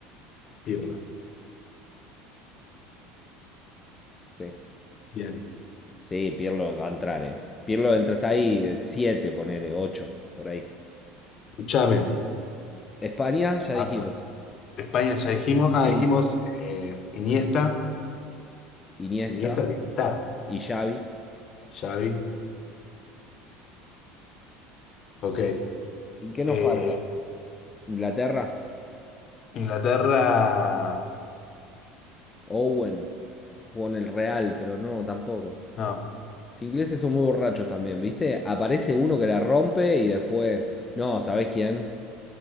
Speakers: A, on the left; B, on the left.
A: Pirlo.
B: sí.
A: Bien.
B: Sí, Pirlo va a entrar, eh. Pirlo entra, está ahí, eh, 7 ponele, 8 por ahí.
A: Escuchame.
B: España, ya
A: a-
B: dijimos.
A: España ya dijimos. Ah,
B: In-
A: dijimos eh, Iniesta.
B: Iniesta
A: Iniesta de estar.
B: y Xavi.
A: Xavi. Ok.
B: ¿Y qué nos
A: Eh,
B: falta? ¿Inglaterra?
A: Inglaterra.
B: Owen. Jugó en el Real, pero no, tampoco.
A: No,
B: Los ingleses son muy borrachos también, ¿viste? Aparece uno que la rompe y después. No, ¿sabés quién?